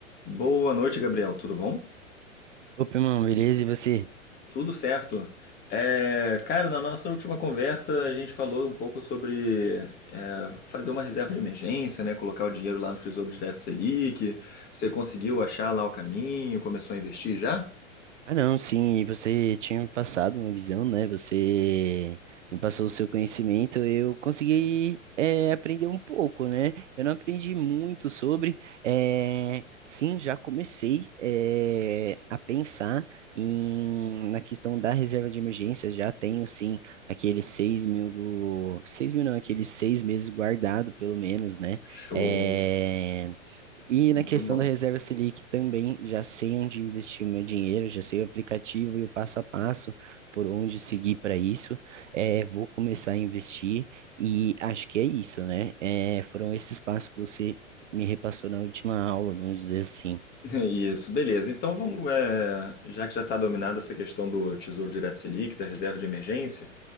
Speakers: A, on the left; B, on the right.
A: Boa noite, Gabriel. Tudo bom?
B: Opa, irmão, beleza? E você?
A: Tudo certo. É, cara, na nossa última conversa a gente falou um pouco sobre é, fazer uma reserva de emergência, né? Colocar o dinheiro lá no Tesouro Direto Selic. Você conseguiu achar lá o caminho? Começou a investir já?
B: Ah, não, sim, e você tinha me passado uma visão, né? Você me passou o seu conhecimento, eu consegui eh, aprender um pouco, né? Eu não aprendi muito sobre, eh, sim, já comecei eh, a pensar em, na questão da reserva de emergência, já tenho, sim, aqueles seis mil, go- seis mil não, aqueles seis meses guardado, pelo menos, né?
A: Show.
B: Eh, E
A: Muito
B: na questão
A: bom.
B: da reserva Selic também já sei onde investir o meu dinheiro, já sei o aplicativo e o passo a passo por onde seguir para isso. É, vou começar a investir e acho que é isso, né? É, foram esses passos que você me repassou na última aula, vamos dizer assim.
A: <laughs> Isso, beleza. Então vamos, é, já que já está dominada essa questão do Tesouro Direto Selic, da reserva de emergência,